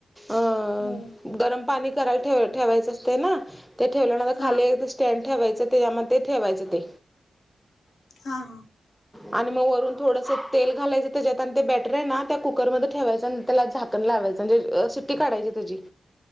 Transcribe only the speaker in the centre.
आं
गरम पाणी कराय ठेवाय ठेवायचं असते ना ते ठेवल्या ना ग
खाली आहे ते स्टँड ठेवायचं त्याच्यामध्ये ठेवायचं ते.
आणि मग वरून थोडंसं तेल घालायचं त्याच्यात आणि ते बॅटर आहे ना त्या कुकरमध्ये ठेवायचं आन त्याला झाकण लावायचं म्हणजे सीट्टी काढयची त्याजी